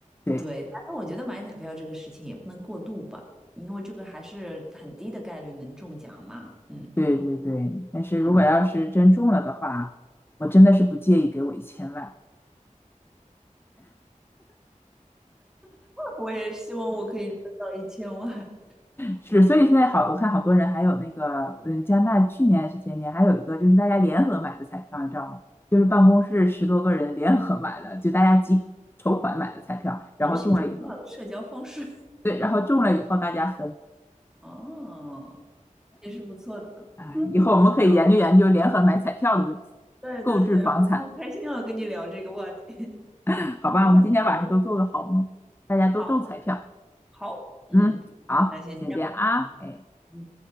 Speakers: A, on the left; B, in the centre.
A: 对
B: 对，但是我觉得买彩票这个事情也不能过度吧，因为这个还是很低的概率能中奖嘛。嗯
A: 对对对，但是如果要是真中了的话，
B: 嗯
A: 我真的是不介意给我一千万。
B: <laughs>，我也希望我可以赚到一千万，
A: 是，所以现在好，我看好多人还有那个，嗯，加拿大去年还是前年还有一个，就是大家联合买的彩票，你知道吗？就是办公室十多个人联合买的，就大家集筹款买的彩票，
B: <laughs> 这也是一种很好的社交方式
A: 然后中了以后，对，然后中了以后大家分，
B: <laughs> 哦，也是不错的。<laughs>
A: 哎，
B: 嗯，
A: 以后我们可以研究研究联合买彩票的问题，
B: 没有，对对对，
A: 购置房产，
B: 好开心哦，跟你聊这个话题。<laughs>
A: <laughs> 好吧？
B: 那我们下次再见。
A: 我们今天晚上都做个好梦，大家都中彩票，
B: 好。好，嗯，
A: 嗯，好，
B: 那先这样，
A: 先这样啊，
B: 嗯。
A: 哎。
B: 嗯。